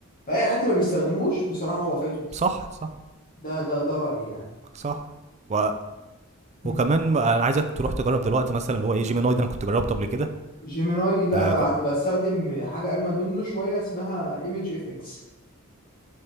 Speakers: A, on the left; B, on the right.
A: فاي حد ما بيستخدموش بصراحه هو فايته كتير
B: صح صح
A: ده ده ده رايي يعني
B: صح و...
A: <laughs>
B: وكمان م- انا عايزك تروح تجرب دلوقتي مثلا اللي هو ايه جيميناي ده انا كنت جربته قبل كده
A: جيميناي لا
B: آه
A: انا
B: جر...
A: بعت بستخدم حاجه اجمد منه شويه اسمها ايمج اف اكس